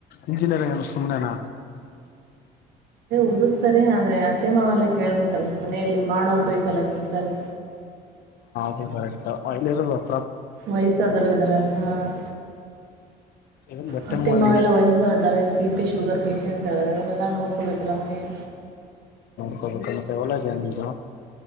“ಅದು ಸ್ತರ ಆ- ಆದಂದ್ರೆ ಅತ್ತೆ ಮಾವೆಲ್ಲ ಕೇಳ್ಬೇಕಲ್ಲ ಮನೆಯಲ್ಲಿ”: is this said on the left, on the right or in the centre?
Right